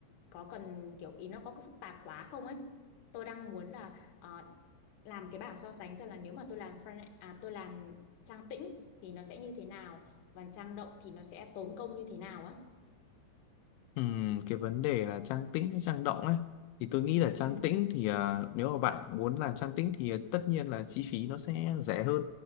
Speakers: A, on the left; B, on the left.
A: có cần kiểu ý nó có, phức tạp quá không ấy tôi đang muốn là ờ, làm cái bảng so sánh xem là nếu mà tôi làm front à, tôi làm trang tĩnh thì nó sẽ như thế nào và trang động thì nó sẽ tốn công như thế nào á
B: Ừm, cái vấn đề là trang tĩnh hay trang động ấy thì tôi nghĩ là trang
A: ừ
B: tĩnh thì à, nếu mà bạn muốn làm trang tĩnh thì à, tất nhiên là chi phí nó sẽ rẻ hơn